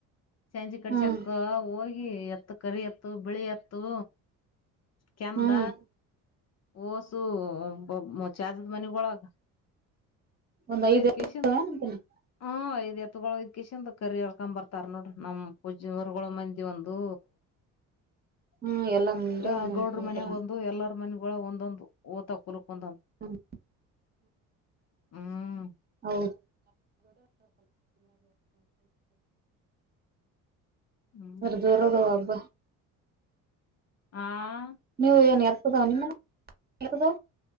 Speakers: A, on the left; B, on the right.
A: ಸಂಜೆ ಕೆಡಸೆಕ್ಕ
B: ಹ್ಮ್
A: ಹೋ ಗಿ ಎತ್ತ್ ಕರಿ ಎತ್ತು ಬಿಳಿ ಎತ್ತೂ ಕೆಂದ.
B: ಹ್ಮ್
A: ಓಸು <unintelligible> ಹೊಳಗ.
B: ಒಂದ್
A: ವಯ್ಕಿಶಂತ್
B: ಐದ್ ಏನೋ ಅಂತೀನಿ
A: ಹಾಂ ಇದ್ ಎತ್ತ್ಗೊಳ್ಕಿಶಂದ್ ಕರಿ ಹಳ್ಕೊಂಡ್ ಬರ್ ತರ್ ನೋಡ್ರಿ ನಮ್ ಪೂಜ್ಯ ಹೊರ್ಗಳ್ ಮಂದಿ ಒಂದೂ
B: ಹ್ಮ್ ಎಲ್ಲಾ ಮುಂಜಾಗ
A: ಯ
B: ಒಂದೊಂದ್
A: ಗೌಡ್ರು
B: ತಗೋತಾರ
A: ಮನ್ಯಾಗ್ ಒಂದು ಎಲ್ಲ. ಮನ್ಗೊಳಲ್ ಒಂದೊಂದು ಓತಾ ಕುಲಕ್ ಒಂದು
B: ಹ್ಮ್
A: ಹ್ಮ್.
B: <inaudible> ಹೌದ್
A: ಹ್ಮ್
B: ಜೋರಾದವ್ ಹಬ್ಬ.
A: ಹಾಂ.
B: ನೀವ್ ಏನ್ ಎತ್ತ್ದವ್ ನಿಮ್ ಮನೆ ಯಾರ್ ಅದು.